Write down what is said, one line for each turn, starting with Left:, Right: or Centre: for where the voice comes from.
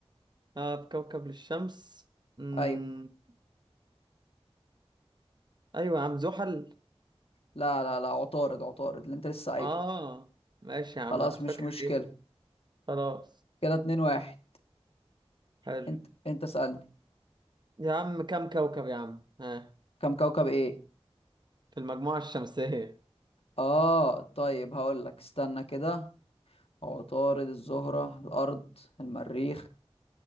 Right: اه في كوكب للشمس مم.
Left: ايوه
Right: ايوه يا عم زحل
Left: لا لا لا عطارد عطارد اللي انت لسه قايله
Right: اه ماشي يا
Left: خلاص
Right: عم انا كنت
Left: مش
Right: فاكر
Left: مشكلة
Right: ايه خلاص
Left: كده اتنين واحد
Right: حلو
Left: انت انت سألني
Right: يا عم كم كوكب يا عم ها
Left: كم كوكب ايه
Right: في المجموعة الشمسية
Left: اه طيب هقول لك استنى كده عطارد الزهرة الارض المريخ